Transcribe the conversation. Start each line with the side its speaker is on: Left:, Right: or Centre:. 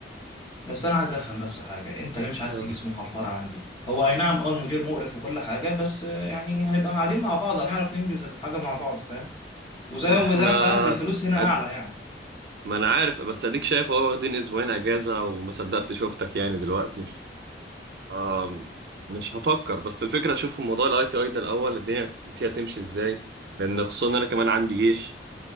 Left: بس انا عايز افهم بس حاجه انت ليه مش عايز
Right: آه.
Left: تيجي سموحه الفرع عندي هو اي نعم اه المدير مقرف وكل حاجه بس آه، يعني هنبقى قاعدين مع بعض هنعرف ننجز الحاجه مع بعض فاهم وزي
Right: ما
Left: وزي
Right: احنا
Left: ما انت عارف الفلوس هنا
Right: أد...
Left: اعلى يعني
Right: ما انا عارف بس اديك شايف اهو واخدين اسبوعين اجازة وما صدقت شفتك يعني دلوقتي آه. مش هفكر بس الفكرة اشوف موضوع الاي تي اي ده الاول الدنيا فيها تمشي ازاي لان خصوصا انا كمان عندي جيش